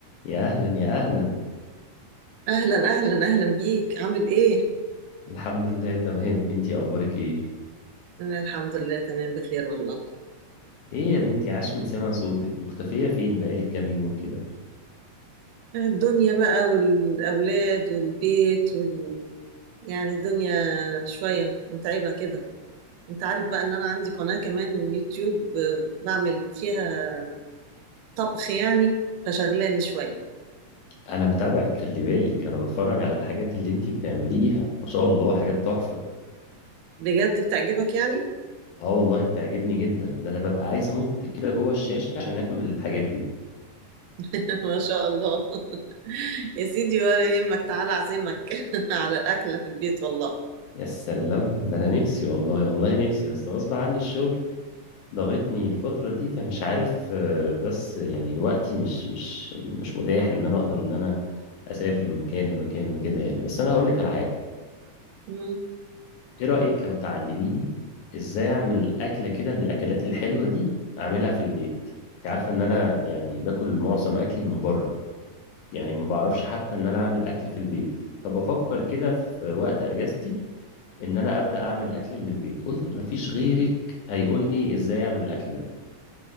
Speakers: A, on the left; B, on the right.
A: يا اهلا يا اهلا
B: أهلا أهلا أهلا بيك عامل إيه؟
A: الحمد لله تمام انتي اخبارك ايه
B: أنا الحمد لله تمام بخير والله
A: ايه يا بنتي عاش من سمع صوتك مختفية فين بقالك كام يوم كده
B: الدنيا بقى والأولاد والبيت وال... يعني الدنيا شوية متعبة كده أنت عارف بقى إن أنا عندي قناة كمان يوتيوب آه، بعمل فيها طبخ يعني فشغلاني شوية
A: انا متابعك خلي بالك انا بتفرج على الحاجات اللي انتي بتعمليها ما شاء الله حاجات تحفة
B: بجد بتعجبك يعني؟
A: اه والله بتعجبني جدا ده انا ببقى عايز انط كده جوه الشاشة عشان اكل الحاجات دي
B: <laughs> ما شاء الله <laughs> يا سيدي ولا يهمك تعالى أعزمك <laughs> على أكلة في البيت والله
A: يا سلام ده انا نفسي والله والله نفسي بس غصب عني الشغل ضاغطني الفترة دي فمش عارف آه، بس يعني وقتي مش مش مش متاح ان انا اقدر ان انا اسافر من مكان لمكان وكده يعني بس انا هقول لك على حاجة
B: مم.
A: ايه رأيك لو تعلميني ازاي اعمل اكلة كده من الاكلات الحلوة دي اعملها في البيت انت عارفة ان انا يعني باكل معظم اكلي من بره يعني ما بعرفش حتى ان انا اعمل اكل في البيت فبفكر كده في وقت اجازتي ان انا ابدا اعمل اكل من البيت قلت ما فيش غيرك هيقول لي ازاي اعمل الاكل ده